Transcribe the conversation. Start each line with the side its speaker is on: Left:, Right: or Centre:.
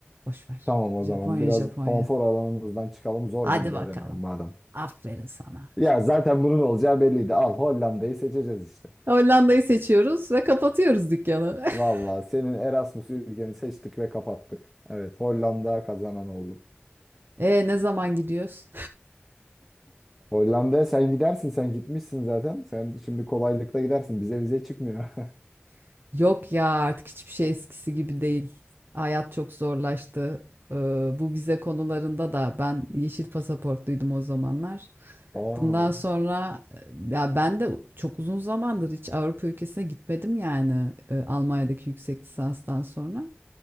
Right: Boş ver.
Centre: Tamam o
Right: Japonya,
Centre: zaman biraz
Right: Japonya.
Centre: konfor alanımızdan çıkalım zor
Right: Hadi
Centre: bir dil öğrenelim
Right: bakalım.
Centre: madem.
Right: Aferin sana.
Centre: Ya zaten bunun olacağı belliydi. Al Hollanda'yı seçeceğiz işte.
Right: Hollanda'yı seçiyoruz ve kapatıyoruz dükkanı.
Centre: Valla
Right: <laughs>
Centre: senin Erasmus ülkeni seçtik ve kapattık. Evet Hollanda kazanan oldu.
Right: E ne zaman gidiyoruz?
Centre: Hollanda'ya sen gidersin sen gitmişsin zaten. Sen şimdi kolaylıkla gidersin bize vize çıkmıyor. <laughs>
Right: <laughs> Yok ya artık hiçbir şey eskisi gibi değil. Hayat çok zorlaştı. Ee, bu vize konularında da ben yeşil pasaportluydum o zamanlar.
Centre: Oo.
Right: Bundan sonra e, ya ben de çok uzun zamandır hiç Avrupa ülkesine gitmedim yani e, Almanya'daki yüksek lisanstan sonra.